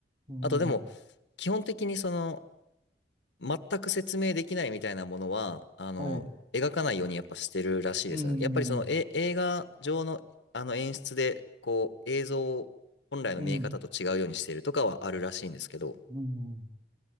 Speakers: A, on the right; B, on the left.
A: うん、
B: あとでも、基本的にその、全く説明できないみたいなものは、あの、
A: はい。
B: 描かないようにやっぱしてるらしいですよね。
A: うん、
B: やっぱりその、え、映画上の、あの演出で、こう、映像を本来の見え方と違うようにしているとかはあるらしいんですけど、
A: うん、うん。